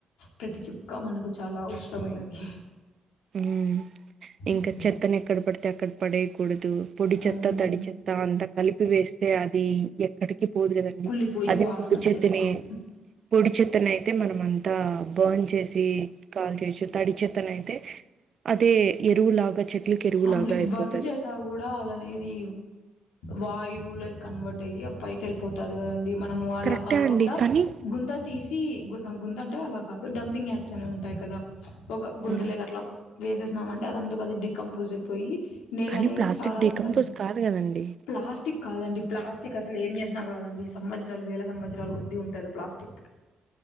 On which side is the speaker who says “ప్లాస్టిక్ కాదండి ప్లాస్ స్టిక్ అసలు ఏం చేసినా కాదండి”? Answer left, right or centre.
Left